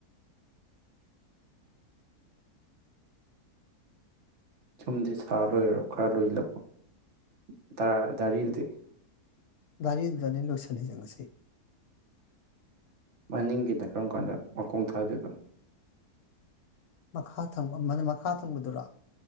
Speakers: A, on the right (about 50°); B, on the left (about 70°).
A: ꯌꯨꯝꯗꯤ ꯁꯥ ꯂꯣꯏꯔꯕꯣ ꯈꯥ <unintelligible> ꯗꯥꯔꯤ ꯗꯨꯗꯤ
B: ꯗꯥꯔꯤ ꯗꯨꯗꯅꯦ ꯂꯣꯏꯁꯟꯂꯤꯁꯦ ꯉꯁꯤ
A: ꯃꯅꯤꯡꯒꯤꯅ ꯀꯔꯝ ꯀꯥꯟꯗ ꯃꯈꯣꯡ ꯊꯗꯣꯏꯕ
B: ꯃꯈꯥꯊꯪꯕ ꯃꯅꯦ ꯃꯈꯥ ꯊꯪꯕꯗꯨꯔꯣ